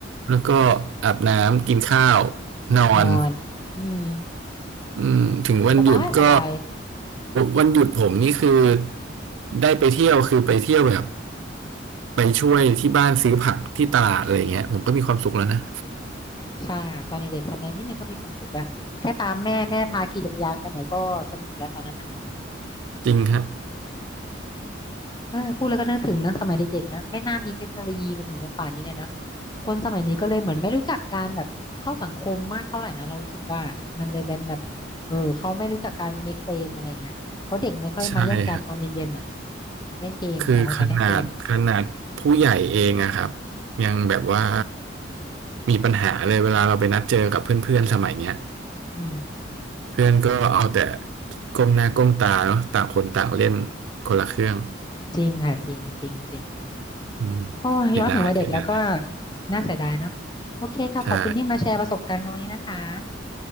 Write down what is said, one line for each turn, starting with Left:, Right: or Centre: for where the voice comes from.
Right: แล้วก็อาบน้ำกินข้าวนอน
Left: นอน อืม
Right: อืมถึงวันหยุดก็
Left: สบายสบาย
Right: วันหยุดผมนี่คือได้ไปเที่ยวคือไปเที่ยวแบบไปช่วยที่บ้านซื้อผักที่ตลาดอะไรเงี้ยผมก็มีความสุขแล้วนะ
Left: ใช่ค่ะตอนเด็กๆทำอะไรนิดนึงก็มีความสุขแล้วแค่ตามแม่แม่พาขี่จักรยานไปไหนก็สนุกแล้วตอนนั้น
Right: จริงฮะ
Left: เออพูดแล้วก็นึกถึงเนอะสมัยเด็กๆนะไม่น่ามีเทคโนโลยีมาถึงจนป่านนี้เลยนะคนสมัยนี้ก็เลยเหมือนไม่รู้จักการแบบเข้าสังคมมากเท่าไหร่นะเรารู้สึกว่ามันเลยเป็นแบบเออเขาไม่รู้จักการ make friend อะไรเงี้ยเพราะเด็กไม่ค่อยมาเล่นกันตอนเย็นๆอ่ะ
Right: ใช่ครับ
Left: เล่นเกมต่างคนต่างเล่นเกม
Right: คือขนาดขนาดผู้ใหญ่เองอะครับยังแบบว่ามีปัญหาเลยเวลาเราไปนัดเจอกับเพื่อนๆสมัยเนี้ย
Left: อืม
Right: เพื่อนก็เอาแต่ก้มหน้าก้มตาเนาะต่างคนต่างเล่นคนละเครื่อง
Left: จริงค่ะจริงจริงจริง
Right: อืม
Left: โอ้ยย้อนถึงวัยเด็กแล้วก็
Right: เสียดายเสียดาย
Left: น่าเสียดายเนาะโอเคค่ะขอบคุณที่มาแชร์ประสบการณ์กันวันนี้นะคะ
Right: ใช่